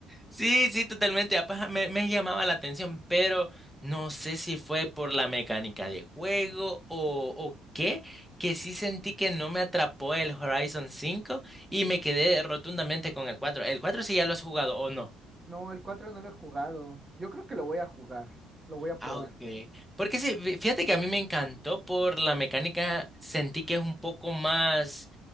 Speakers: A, in the centre; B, on the right (about 20°).
A: Sí, sí, totalmente. apa- Me, me llamaba la atención, pero no sé si fue por la mecánica de juego o, o qué, que sí sentí que no me atrapó el Horizon cinco y me quedé rotundamente con el 4. ¿El 4 sí ya lo has jugado o no?
B: No, el cuatro no lo he jugado. Yo creo que lo voy a jugar, lo voy a probar.
A: Ah, ok. Porque sí, fí- fíjate que a mí me encantó por la mecánica, sentí que es un poco más,